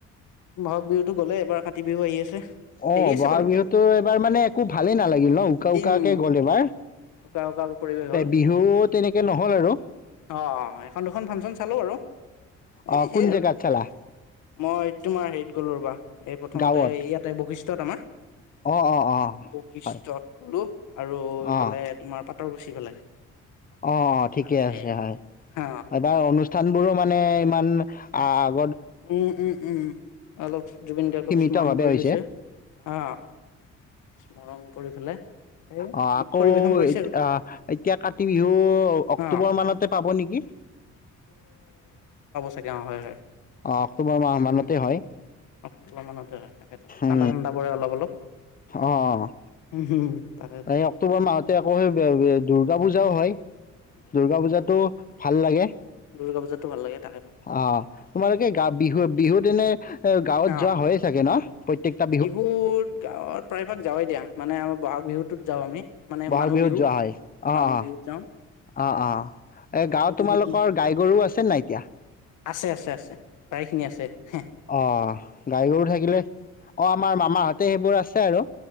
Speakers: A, on the left (about 80°); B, on the left (about 30°).
A: বহাগ বিহুতো গ'লে এবাৰ কাতি বিহু আহি আছে?
B: অ
A: দেৰি আছে
B: বহাগ
A: বাৰু
B: বিহুতো এইবাৰ মানে একো ভালেই নালাগিল ন উকা
A: এই
B: উকাকে
A: উম
B: গ'ল এবাৰ।
A: উকা উকা পৰিৱেশ হল
B: বিহু তেনেকে নহ'ল আৰু
A: আহ এখন দুখন ফাংচন চালো বাৰু এ
B: অ' কোন
A: সেইয়াই
B: জেগাত
A: আৰু।
B: চালা
A: মই তোমাৰ হেৰিত গ'লো ৰ'বা। এই প্ৰথমতে
B: গাঁৱত
A: ইয়াতে বৈশিষ্ট। ত আমাৰ।
B: অ' অ' অ'
A: বৈশিষ্টত
B: হয়
A: গলো আৰু।
B: অ'
A: ফালে তোমাৰ পাত। ৰ বেছি ফালে।
B: অ অ ঠিকে
A: তাতে
B: আছে হয়
A: হা
B: এবাৰ অনু। স্থানবোৰো মানে ইমান আগ।
A: উম উম উম অলপ জুবিন গাৰ্গক
B: সীমিতভাৱে
A: স্মৰণ কৰি
B: হৈছে
A: লৈছে আহ। স্মৰণ। কৰি পেলাই সেই
B: আহ
A: গীত
B: আকৌ
A: পৰিৱেশন কৰিছে আৰু
B: আহ এতিয়া কাতি বিহু অক্টোবৰ
A: অ
B: মানতে পাব নেকি?
A: তাকে অঁ হয় হয়।
B: অ অক্টোবৰ মাহ
A: উম
B: মানতে হয়
A: অক্টোবৰ মানতে হয় তাকেতো ঠাণ্ডা
B: উ
A: ঠাণ্ডা পৰে অলপ অলপ
B: অ অ
A: উম তাকেতো
B: এই অক্টোবৰ মাহতে আকৌ সেই দুৰ্গাপূজা। জাও হয়। দুৰ্গা পূজাতো ভাল লাগে।
A: দুৰ্গা পূজাতো ভাল লাগে। তাকেতো
B: অ তোমালোকে গা বিহু বিহুত এনে। গাঁৱত
A: অ
B: যোৱা
A: বিহুত
B: হয়ে চাগে ন প্ৰত্যেকটা
A: গাঁৱত প্ৰায়ভাগ যাৱেই দিয়া মানে আমাৰ বহাগ। বিহুটোত যাওঁ আমি। মানে
B: বহাগ
A: মানুহ
B: বিহুত
A: বিহু
B: যোৱা হয় অ
A: মানুহ
B: অ।
A: বিহুত যাওঁ
B: অ অ এ
A: মানুহ
B: গাঁৱত
A: বিহুত
B: তোমালোকৰ গাই গৰু আছে নাই এতিয়া।
A: আছে আছে আছে প্ৰায়। স খিনি আছে। হা
B: অ গাই গৰু থাকিলে অ আমাৰ মামাহঁতে সেইবোৰ আছে আৰু